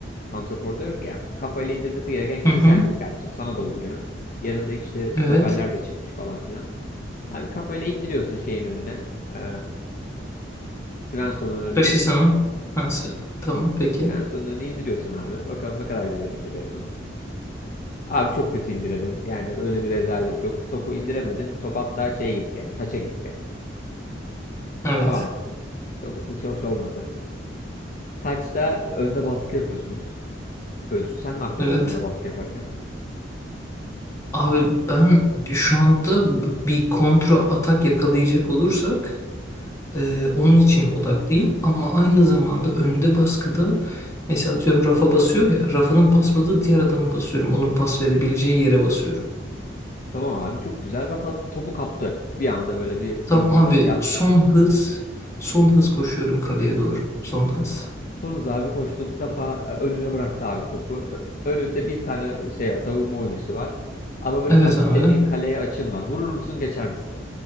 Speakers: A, on the left; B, on the left.
A: Santrafor'da yok ya. Kafayla indirmesi gereken kişi
B: Hı hı.
A: sensin kardeşim. Sana dolduruyor. Yanında işte
B: Evet.
A: stoperler de çıkmış falan filan. Abi kafayla indiriyorsun şeyin önüne. E, Svensson'un önüne.
B: Başı
A: Sve-
B: sana. Ha, sen- Tamam. Peki.
A: Svensson'un önüne indiriyorsun abi. Bakalım ne kadar güzel indiriyorsun. Abi çok kötü indirdin. Yani öyle bir rezalet yok. Topu indiremedin. Top hatta şeye gitti. Yani, taça gitti.
B: Evet.
A: Tamam mı? Çok, hiç hoş olmadı. Taçta önde baskı yapıyorsunuz. Özgür sen ne yapacaksın
B: Evet.
A: önde baskı yaparken?
B: Abi ben şu anda bir kontra atak yakalayacak olursak e, onun için odaklıyım ama aynı zamanda önde baskıda mesela atıyorum rafa basıyor ya rafanın basmadığı diğer adamı basıyorum. Onun pas verebileceği yere basıyorum.
A: Tamam abi çok güzel. Rafa topu kaptı. Bir anda böyle bir savunmada
B: Tamam abi
A: yanlış.
B: son hız. Son hız koşuyorum kaleye doğru. Son hız.
A: Tonuz abi koştun. Rafa e, önüne bıraktı abi topu. Ö- Önünde bir tane şey var. Savunma oyuncusu var. Ama böyle
B: Evet
A: hafif
B: abi.
A: de bir kaleye açın var. Vurur musun geçer misin?